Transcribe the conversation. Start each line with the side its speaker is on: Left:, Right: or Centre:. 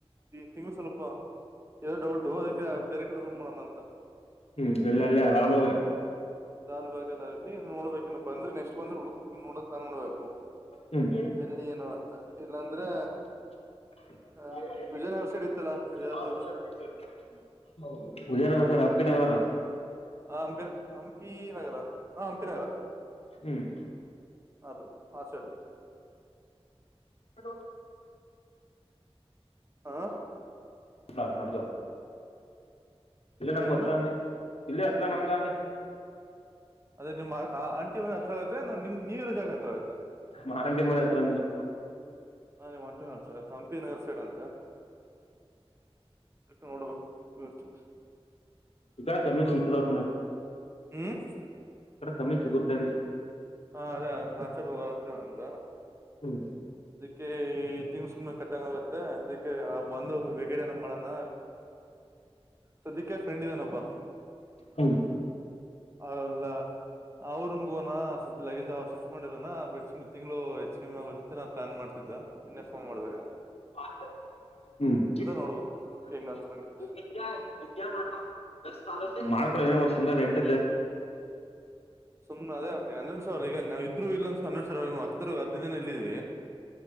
Right: ತಿಂಗಳ ಸ್ವಲ್ಪ ಇೋ ಡೌಟು ಅದಕ್ಕೆ ಬೇರೆ ಕಡೆ ರೂಮ್ ಮಾಡೋಣ ಅಂತ
Left: ಹ್ಮ್ ಎಲ್ಲ ಎಲ್ಲಲ್ಲ ಆಳ್ ಬಾಗಲ
Right: ಸಾಾಲ್ ಬಾಗಲ್ಲ ಆಗ್ಲಿ ನೋಡ್ಬೇಕ ಇನ್ನು ಬಂದ್ರೆ ನೆಕ್ಸ್ಟ್ ಬಂದ್ರ ಉುಡ್ಕಕ ನೋಡಾನ್ ನೋಡ್ಬೇಕು
Left: ಹ್ಮ್
Right: ಎಲ್ಲಿ ಏನು ಅಂತ ಇಲ್ಲಾಂದ್ರೆ
Left: <unintelligible>
Right: ಆ ವಿಜಯನಗರ ಸೈಡ್ ಇತ್ತಲ್ಲ ಅದೆಲ್ಲದು
Left: ಹಜೆನಾಗ ಸರ್ ಾನ
Right: ಹ ಅಂಪಿ ಹಂಪಿ ನಗರ ಹ ಹಂಪಿ ನಗರ
Left: ಹ್ಮ್
Right: ಅದು ಆ ಸೆಡ
Left: ಹ
Right: ಹಾ
Left: ಹ ನಮ್ದು ಇಲ್ಲ ನಮ್್ದು
Right: ಏನೇನು
Left: ಹತ್ರ ಇಲ್ಲ ಹತ್ರ ನಮ್ಗೆ ಅ
Right: ಅದ್ರ ನಿಮ್ಮ ಆಂಟಿವ ಹತ್ರ ಆಗತ್ತೆ ನಿಮ್ ನೀವ ಇರೋ ಜಾಗ ಹತ್ರ ಆಗತ್ತೆ
Left: ಮಾರಂಟಿ ಮೂರ ಹತ್ರಂದವು
Right: ಹಾ ನಿ್ ಮಂಟ ಅಂತ ತಂಪಿ ನಗರ ಸೈಡ್ ಅಂತ ಎಟ್ಟ ನೋಡ್ಬೇಕುತ
Left: ಈ ಕಡೆ ಕಮ್ಮಿ ಸಿಗ್ತದ
Right: ಹ
Left: ಕಡ ಕಮ್ಮಿ ಸಿಗೊತ್ತೇಿ
Right: ಹಾ ಅದೇ ಅ ಆಚೆಡ್ ಹೋಗಂತಂತ
Left: ಹ್ಮ್
Right: ಅದಕ್ಕೆ ಈ ತಿಂಗ್ಸ್ ಕಟ್ಟಂಗ ಆಗುತ್ತೆ ಅದಕ್ಕೆ ಬಂದ ಗಡ ನ್ಣ ಸದ್ಯಕ್ಕೆ ಫ್ರೆಂಡ್ ಇದಾನೊಬ್ಬ
Left: ಹ್ಮ್
Right: ಹೌಲ್ಲ ಅವರುಮ್ಗೋನಾ ಸದ್ ಲಗೇಜ್ ಶಿಫ್ಟ್ ಮಾಡಿರೋಣ ಬಕ್ಮತ್ ತಿಂಗಳುಳ ಹೆಚ್ ಕಿ ಆಗೋುದಂತ ನಾನ ಪ್ಲಾನ್ ಮಾಡ್ತನಿ ನಿನ್ನೆ ಫೋನ್ ಮಾಡ್ಬೇಕ
Left: <unintelligible>
Right: ನೋಡ್ಬೇಕು ಹೆಂಗಂತ ನಂಗೆ
Left: ಮಾಡ್ ಒ ಸಿಂಗರ್ ಎಂಟ
Right: ಸು್ನೆ ಅದೇ ಆೆ ಹನ ಸಾವರ್ಗ ಇದರು ಇಲ್ಲ ಅ ಸನರ್ ಹತ್ತತ್ರ ಹದಿನ ದಿನ ಇಲ್ಲಿದೀವಿ